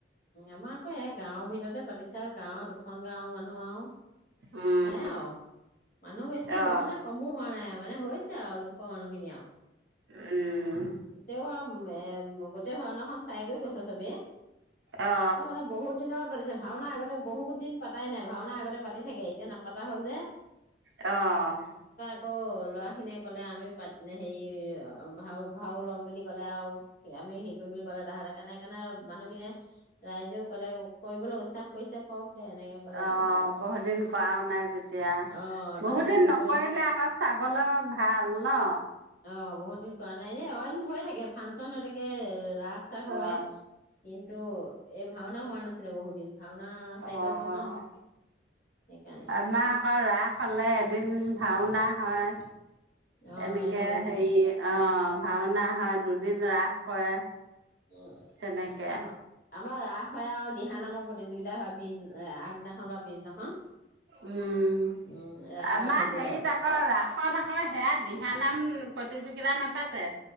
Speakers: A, on the left; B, on the right.
A: আমাৰ আকৌ ই গাঁৱৰ ভিতৰতে পাতিছে আৰু গাঁৱৰ দুখন গাঁওৰ মানুহ আৰু
B: উম
A: চাই আৰু, মানুহ বেছি
B: অ
A: হৱাও নাই কমো হোৱা নাই। মানে হৈছে আৰু, পোৱা মানুহখিনি আৰু,
B: উম
A: তেওঁ আৰু এ গোটেই ভওনাখন চাই গৈ গৈছ চবে,
B: অ
A: তাৰ মানে বহুত দিনত পাতিছে ভাওনা আগতে বহুত দিন পাতাই নাই ভাওনা আগতে পাতি থাকে, এতিয়া নাপাতা হ'ল যে।
B: অ'
A: অ' ল'ৰা খিনিয়ে ক'লে আমি পা হেৰি অ ভা ভাও লম বুলি কলে আৰু আমি হেই কৰিম বুলি কলে তাহাঁ কাৰণে সেইকাৰণে মানুহখিনিয়ে ৰাইজেও কলে কৰিবলৈ উচ্চহ কৰিছে কৰক। দে এনেকে ক'লে
B: অ'
A: আৰু
B: বহুত দিন কৰাও নাই যেতিয়া,
A: অ
B: বহুত
A: তাহাঁতক
B: দিন
A: কৰিবলৈ
B: নকৰিলে আকৌ চাবলৈ ভাল ন।
A: অ, বহুত দিন কৰা নাই নি। অইন হৈয়ে থাকে ফাংচন হৈ থাকে ৰাস চাক হয়।
B: অ
A: কিন্তু এই ভাওনা হোৱা নাছিলে বহুত দিন ভাওনা চাৰি
B: অহ,
A: পাঁচ বছৰ সেইকাৰণে
B: আমাহ আকৌ ৰাস হলে এদিন ভাওনা হয়।
A: অ
B: এনেকে
A: সেয়াত হয় থাকে
B: হেৰি অ, ভাওনা হয়। দুদিন ৰাস কৰে
A: উম,
B: তেনেকে
A: আম আমাৰ ৰাস হয় আৰু দিহা নামৰ প্ৰতিযোগিতা হয় পিছ আগদিনাখন বা পিছদিনাখন
B: উম,
A: উম ৰাসত
B: আমাৰ
A: সেইটো
B: হেৰিত
A: হয়
B: আকৌ ৰাসত আকৌ সেয়া দিহানাম প্ৰতিযোগিতা নাপাতে